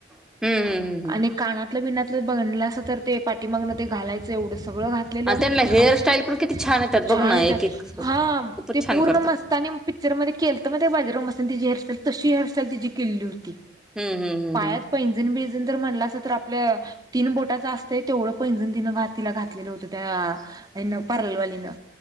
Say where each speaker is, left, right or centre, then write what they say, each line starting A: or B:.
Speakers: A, in the centre; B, on the right (about 20°).
A: हम्म हम्म हम्म हम्म
B: आणि कानातलं बिनातलं बघटलासा तर ते पाठीमागण ते घालायचं एवढं सगळं घाटलेलं
A: आणि त्यांना हेअरस्टाईल
B: असल
A: पण किती छान येतात बघ
B: छान
A: ना
B: येत्यत
A: एक एक खूपच
B: हा ते
A: छान
B: पूर्ण
A: करतात
B: मस्तनी पिक्चर मध्ये केलत मइतायकाय ते बाजाराव मस्त तिझी हेरस्टाइल तशी हेरस्टाइल तिझी केल्याची हुती
A: हम्म हम्म हम्म
B: पायात
A: हम्म
B: पैजन बिंजन जर म्हणलासा तर आपल्या अ तीन बोटाच असतय तेवढं पैंजण तिनं घात तिला घातलेलं होतं त्याआ तिन पारलवाली न